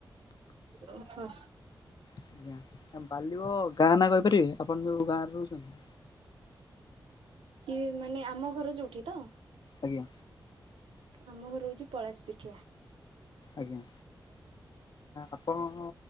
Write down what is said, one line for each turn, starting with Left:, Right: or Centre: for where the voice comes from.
Right: ଓହୋ।
Left: ଆଜ୍ଞା ବାଲିବ ଗାଁ ନାଁ କହିପାରିବେ ଆପଣ ଯୋଉ ଗାଁରେ ରହୁଛନ୍ତି?
Right: କି ମାନେ ଆମ ଘର ଯୋଉଠି ତ?
Left: ଆଜ୍ଞା।
Right: ଆମ ଘରଉଛି ପଳାଶ ପିଠିଆ।
Left: ଆଜ୍ଞା। ଆପଣକ